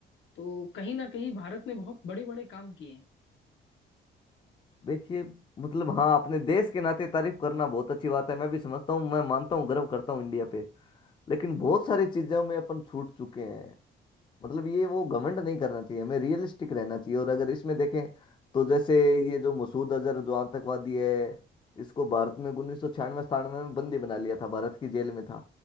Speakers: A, on the left; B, on the left.
A: तो कहीं ना कहीं भारत ने बहुत बड़े बड़े काम किए हैं
B: देखिए मतलब हाँ अपने देश के नाते तारीफ करना बहुत अच्छी बात है मैं भी समझता हूँ मैं मानता हूँ गर्व करता हूँ इंडिया पे लेकिन बहुत सारी चीज़ों में अपन छूट चुके हैं मतलब ये वो घमंड नहीं करना चाहिए हमें रियलिस्टिक रहना चाहिए और अगर इसमें देखें तो जैसे ये जो मसूद अजहर जो आतंकवादी है इसको भारत में उन्नीस सौ छियानवे सतानवे में बंदी बना लिया था भारत की जेल में था